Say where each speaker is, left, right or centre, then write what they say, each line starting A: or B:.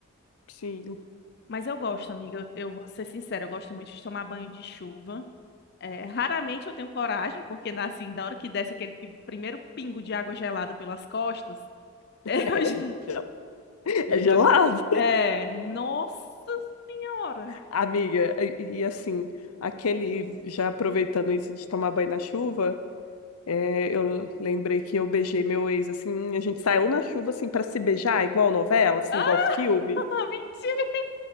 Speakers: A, on the left; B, on the left.
A: Sim,
B: Mas eu gosto, amiga, eu, eu vou ser sincera, eu gosto muito de tomar banho de chuva. É, raramente eu tenho coragem, porque na, assim, na hora que desce aquele pi- primeiro pingo de água gelada pelas costas, <laughs>
A: <laughs>
B: eu
A: é,
B: já,
A: gel- é
B: eu
A: gelado.
B: já- É, nossa senhora!
A: Amiga, e, e assim, aquele, já aproveitando isso de tomar banho na chuva, é, eu lembrei que eu beijei meu ex, assim, a gente saiu na chuva, assim, pra se beijar, igual novela, assim,
B: Ah,
A: igual filme.
B: <laughs> mentira!